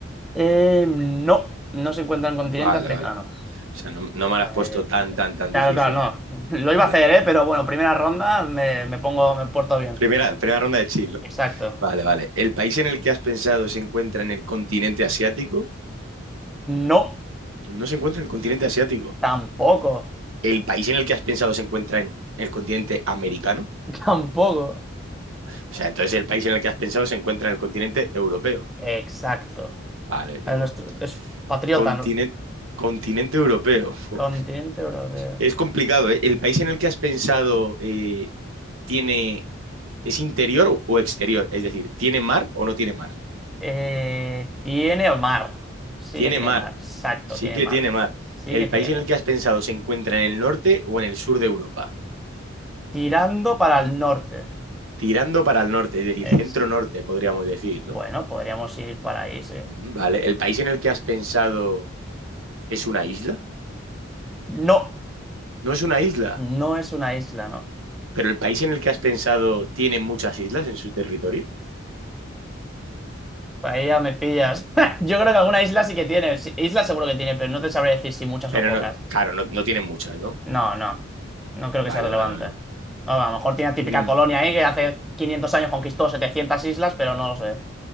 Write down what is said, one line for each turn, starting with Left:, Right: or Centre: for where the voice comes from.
Centre: Eh, no, no se encuentra en continente
Right: Vale,
Centre: africano.
Right: vale. O sea, no, no me lo
Centre: Eh,
Right: has puesto tan, tan, tan
Centre: claro,
Right: difícil.
Centre: claro, no. <laughs> Lo
Right: Vale.
Centre: iba a hacer, ¿eh? Pero bueno, primera ronda me, me pongo, me porto bien.
Right: Primera, primera ronda de chill, ¿no?
Centre: Exacto.
Right: Vale, vale. ¿El país en el que has pensado se encuentra en el continente asiático?
Centre: No,
Right: No se encuentra en el continente asiático.
Centre: tampoco.
Right: ¿El país en el que has pensado se encuentra en el continente americano?
Centre: <laughs> Tampoco.
Right: O sea, entonces el país en el que has pensado se encuentra en el continente europeo.
Centre: Exacto.
Right: Vale, digo,
Centre: A nuestro, es patriota,
Right: Continente,
Centre: ¿no?
Right: continente europeo. Fu.
Centre: Continente europeo.
Right: Es complicado, ¿eh? ¿El país en el que has pensado eh, tiene, es interior o exterior? Es decir, ¿tiene mar o no tiene mar?
Centre: Eh, tiene mar. Sí
Right: Tiene
Centre: que tiene
Right: mar,
Centre: mar. Exacto,
Right: sí
Centre: tiene
Right: que
Centre: mar.
Right: tiene mar.
Centre: Sí
Right: ¿El
Centre: que tiene.
Right: país en el que has pensado se encuentra en el norte o en el sur de Europa?
Centre: Tirando para el norte.
Right: Tirando para el norte, es decir,
Centre: Ex.
Right: centro-norte, podríamos decir,
Centre: Bueno,
Right: ¿no?
Centre: podríamos ir para ahí, sí.
Right: Mm, Vale, ¿el país en el que has pensado es una isla?
Centre: No.
Right: No es una isla,
Centre: No es una isla, ¿no?
Right: pero el país en el que has pensado tiene muchas islas en su territorio.
Centre: Ahí ya me pillas. <laughs> Yo creo que alguna isla sí que tiene. Sí, Isla seguro que tiene, pero no te sabré decir si muchas
Right: Pero
Centre: o pocas.
Right: no, claro, no, no tiene muchas, ¿no?
Centre: No, no. No creo
Right: Vale,
Centre: que sea relevante.
Right: vale, vale.
Centre: No, a lo mejor tiene la típica
Right: Mm,
Centre: colonia ahí que hace 500 años conquistó 700 islas, pero no lo sé.